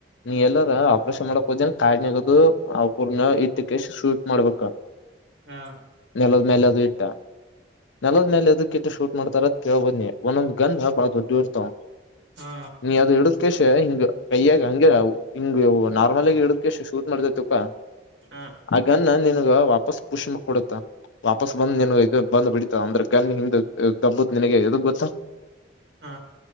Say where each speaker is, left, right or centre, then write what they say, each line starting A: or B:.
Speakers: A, on the left; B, on the right.
A: ನೀ ಎಲ್ಲ ಆಪರೇಷನ್ ಮಾಡಕ್ ಹೋದನ ಕಾರ್ಡ್ನಗದು ಅವಕೂರ್ನ ಇಟ್ಟಕ್ಕೆ ಶೂಟ್ ಮಾಡ್ಬೇಕ
B: ಹಾ
A: ನಲ ನೆಲ್ಲದು ಇಟ್ಟಾ ನೆಲದ ಮೇಲೆ ಎದಕ್ಕಿಟ್ಟ ಶೂಟ್ ಮಾಡ್ತಾರದ್ ಕೇಳವ ಬದನ್ನಿ ಒಂದೊಂದ್ ಗನ್ ಬಾಳ ದೊಡ್ಡಿ ಇರ್ತವ
B: ಹಾ
A: ನೀ ಅದು ಇಡಿದ್ ಕಷ ಹಿಂಗ ಕೈಯ್ಯಾಗ ಹಂಗಗೆಾವು ಹಿಂಗ ನಾರ್ಮಲ್ ಆಗ ಇಡದಕ್ಕೆ ಶೂಟ್ ಮಾಡಿದೈತಿಕ್ಕಾ
B: ಹಾ
A: ಅಗನ್ನ ನಿ ಗ ವಾಪಸ್ ಪುಷ್ಮ ಕೊಡುತ್ತ ವಾಪಸ್ ಬಂದ
B: ಹಾ
A: ನ ಇದು ಬಂದು ಬಿ ಅಂದ್ರೆ ಗನ್ನಿ ಹಿಂದ ತಬ್ಬುತ್ಿನಗೆ ಎದ ಗೊತ್ತಾ
B: ಹಾ